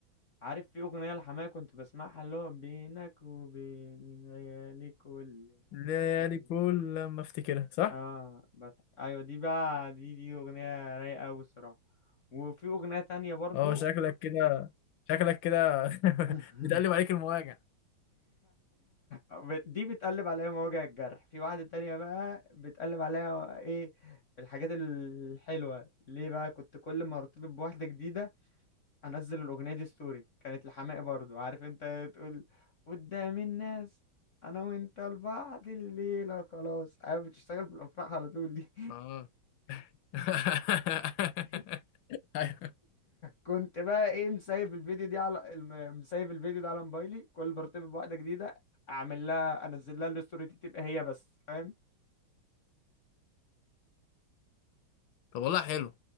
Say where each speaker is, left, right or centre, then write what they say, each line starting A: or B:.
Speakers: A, on the left (about 60°); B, on the left (about 75°).
A: عارف في اغنيه لحماقي كنت بسمعها اللي هو بينك وبين ليالي كل ما
B: ليالي
A: بفتكر
B: كل لما افتكرها صح
A: اه بس ايوه دي بقى دي دي اغنيه رايقه قوي الصراحه وفي اغنيه تانية برضو
B: اه شكلك كده شكلك كده
A: <laughs>
B: <laughs> بتقلب عليك المواجع
A: بت- دي بتقلب عليها مواجع الجرح في واحده تانية بقى بتقلب عليها ايه الحاجات الحلوه ليه بقى كنت كل ما ارتبط بواحده جديده انزل الاغنيه دي ستوري كانت لحماقي برضو عارف انت تقول قدام الناس انا وانت لبعض الليله خلاص ايوه بتشتغل في الافراح على طول دي
B: اه <laughs>
A: <laughs>
B: ايوه
A: كنت بقى ايه مسايف الفيديو دي على الم- مسايف الفيديو ده على موبايلي كل ما ارتبط بواحده جديده اعمل لها انزل لها الستوري دي تبقى هي بس فاهم
B: طب والله حلو